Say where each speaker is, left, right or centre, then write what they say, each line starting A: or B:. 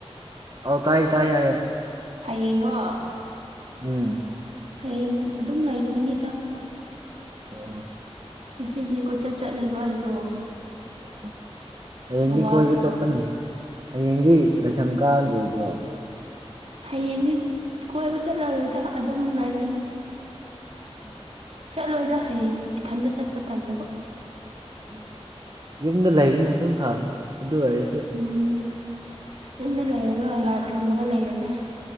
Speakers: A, on the right; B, on the right.
A: ꯑꯧ ꯇꯥꯏ ꯇꯥꯏ ꯑꯣ
B: ꯍꯌꯦꯡꯔꯣ
A: ꯎꯝ
B: ꯍꯌꯦꯡ ꯑꯗꯨꯝ ꯂꯩꯒꯅꯤꯗ
A: ꯎꯝ
B: ꯉꯁꯤꯗꯤ ꯀꯣꯏꯆꯠ ꯆꯠꯂꯦꯕ ꯑꯩꯗꯣ
A: ꯑꯣ ꯍꯌꯦꯡꯗꯤ
B: ꯋꯥꯔꯦꯕ
A: ꯀꯣꯏꯕ ꯆꯠꯀꯅꯨ ꯍꯌꯦꯡꯗꯤ ꯂꯥꯏꯁꯪ ꯀꯥꯔꯣꯏꯗ꯭ꯔꯣ
B: ꯍꯌꯦꯡꯗꯤ ꯀꯣꯏꯕ ꯆꯠꯂꯔꯣꯏꯗ ꯑꯗꯨꯝ ꯂꯩꯔꯅꯤ
A: ꯎꯝ
B: ꯆꯠꯂꯣꯏꯗ ꯍꯌꯦꯡ ꯏꯊꯟꯇ ꯆꯠꯄ ꯇꯥꯜꯂꯦꯕ
A: ꯎꯝ ꯌꯨꯝꯗ ꯂꯩꯕꯅ ꯑꯗꯨꯝ ꯐꯕꯅꯤ ꯑꯗꯨ ꯑꯣꯏꯔꯁꯨ
B: ꯎꯝ ꯌꯨꯝꯗ ꯂꯩꯔꯒ ꯂꯥꯏ ꯈꯨꯔꯨꯝꯃꯒ ꯂꯩꯔꯒꯦ